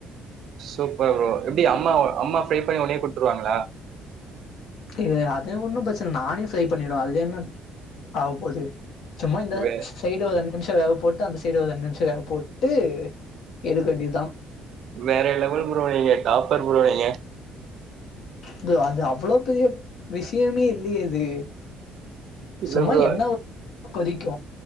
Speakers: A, on the right (about 55°); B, on the left (about 60°).
A: சூப்பர் ப்ரோ எப்பிடி அம்மா அம்மா ஃப்ரை பண்ணி ஒடனே குடுத்துருவாங்களா
B: ல்ல அது ஒன்னு பிரச்சனை நானே ஃப்ரை பண்ணிடுவே அதுல என்ன ஆவப் போது சும்மா இந்த
A: வே
B: சைடு வந் நிமிஷ வேகப் போட்டு அந்த சைடு ஒரு ரெண்டு நிமிஷம் வேக போட்டு எடுக்க வேண்டியதா
A: வேற லெவல் ப்ரோ நீங்க டாப்பர் ப்ரோ நீங்க
B: இது அது அவ்வள பெரிய விஷயமே இல்லையே இது
A: இல்ல
B: சும்மா
A: ப்ரோ
B: எண்ணெ ஊத்தி கொதிக்கு